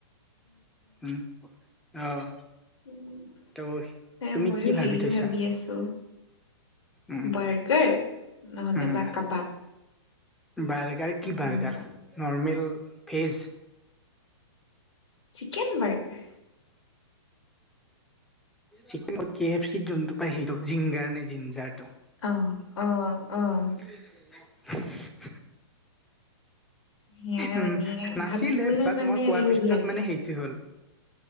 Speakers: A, in the centre; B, on the left.
A: উম, অ'।
B: উম,
A: ত'
B: নাই
A: তুমি
B: ময়ো
A: কি
B: হেৰি
A: ভাবি থৈছা?
B: আছোঁ,
A: উম
B: বাৰ্গাৰ নহ'লে
A: উম
B: বা কাবাব।
A: বাৰ্গাৰ, কি
B: উম।
A: Burger, normal, veg?
B: Chicken burger.
A: Chicken, K F C যোনটো পায় সেইটো, জিংগাৰ নে জিনজাৰটো।
B: অ', অ', অ',।
A: <inaudible>
B: সেয়া
A: উম,
B: মানে
A: নাছিলে
B: ভাবিবলে
A: বাট
B: মানে
A: মই কোৱা
B: লোভ
A: পিছত
B: লাগে।
A: মানে সেই টো হ'ল,